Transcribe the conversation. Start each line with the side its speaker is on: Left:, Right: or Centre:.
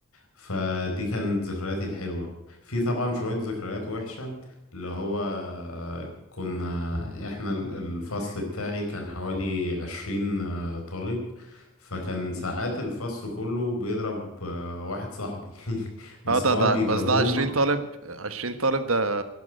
Left: فدي كانت ذكرياتي الحلوة في طبعا شوية ذكريات وحشة اللي هو آه، كنا احنا ال- الفصل بتاعي كان حوالي عشرين آه، طالب فكان ساعات الفصل كله بيضرب آه، واحد صاحبي <laughs> بس
Right: اه ده
Left: هو
Right: ده
Left: بيضربهم
Right: بس ده عشرين طالب عشرين طالب ده